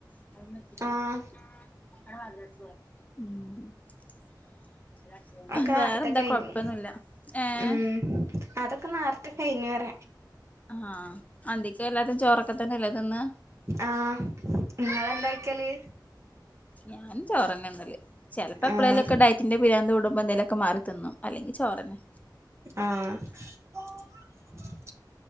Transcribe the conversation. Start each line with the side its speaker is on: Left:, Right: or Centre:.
Left: <unintelligible>
Right: ആഹ് ഒക്കെ
Left: വേറെന്താ
Right: നേരത്തെക്കെ കൈഞ്ഞു
Left: കൊഴപ്പൊന്നുല്ല ഏഹ്
Right: ഉ അതൊക്കെ നാറത്തെ കയിഞ്ഞൂയറാ
Left: ആ അന്തിക് എല്ലാരുംചോറൊക്കെ തന്നെല്ലേതിന്ന്
Right: ആ നിങ്ങെന്തായിക്കല്
Left: ഞാൻ ചോറന്ന നിന്നല്ലേ ചിലപ്പോ എപ്പഴെേലുംക്കെ
Right: ആഹ്
Left: ഡയറ്റിന്റെ പിരിന്ന്ത കൂടുമ്പോ എന്തേലുംക്കെ മാറി തിന്നും. അല്ലെങ്കി ചോറന്നെ
Right: ആ <inaudible>